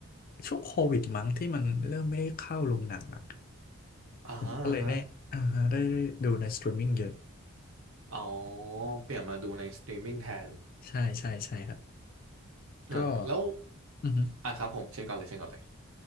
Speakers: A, on the left (about 40°); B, on the right (about 65°).
A: ช่วงโควิดมั้งที่มันเริ่มไม่ได้เข้าโรงหนังอ่ะ
B: อ่า
A: ผมก็เลยได้อ่าได้ได้ดูในสตรีมมิ่งเยอะ
B: ฮะอ๋อเปลี่ยนมาดูในสตรีมมิ่งแทน
A: ใช่ใช่ใช่ครับ
B: อ่าแล้ว
A: ก็อือฮึ
B: อ่ะครับผมเช่นก่อนเลยเช่นก่อนเลย